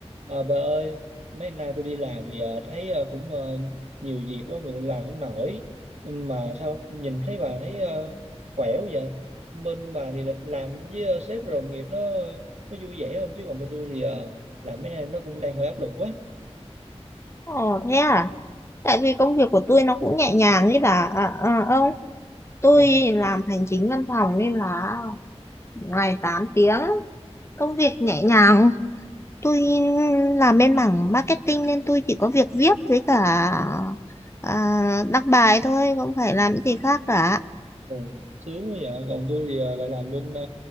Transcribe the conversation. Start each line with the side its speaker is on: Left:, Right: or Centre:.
Right: À, bà ơi, mấy nay tôi đi làm thì ờ, thấy ờ, cũng ờ, nhiều việc quá mình làm không nổi. Mà sao nhìn thấy bà thấy ờ, khỏe quá vậy? Bên bà thì là- làm với ờ, sếp rồi đồng nghiệp nó nó vui vẻ không chứ còn bên tôi thì ờ, làm mấy nay nó cũng đang hơi áp lực quá.
Left: Ồ thế à? Tại vì công việc của tôi nó cũng nhẹ nhàng ấy bà à, à, ông. Tôi
Right: Ờ.
Left: làm hành chính văn phòng nên là ngày 8 tiếng, công việc nhẹ nhàng. Tôi làm bên mảng marketing nên tôi chỉ có việc viết với cả à, đăng bài thôi, không phải làm cái gì khác cả.
Right: Ừ, sướng quá vậy còn tôi thì ờ, lại làm bên ờ,